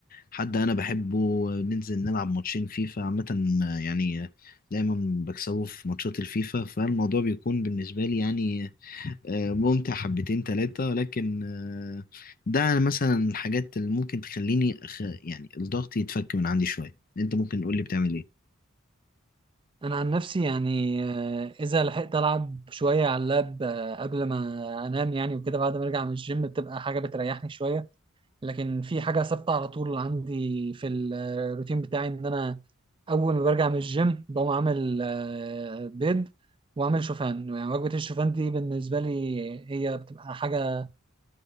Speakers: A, on the left; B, on the right.
A: حد انا بحبه ننزل نلعب ماتشين فيفا عامه يعني دايما بكسبه في ماتشات الفيفا فالموضوع بيكون بالنسبه لي يعني آه، ممتع حبتين تلاتة لكن آه، ده مثلا الحاجات اللي ممكن تخليني أخ... يعني الضغط يتفك من عندي شوية انت ممكن تقول لي بتعمل ايه
B: انا عن نفسي يعني آه، اذا لحقت العب شويه على اللاب آه، قبل ما انام يعني وكده بعد ما ارجع من الجيم بتبقى حاجه بتريحني شويه لكن في حاجة ثابتة على طول عندي في الروتين بتاعي إن أنا أول ما برجع من الجيم بقوم عامل آه، بيض وأعمل شوفان يعني وجبة الشوفان دي بالنسبة لي هي بتبقى حاجة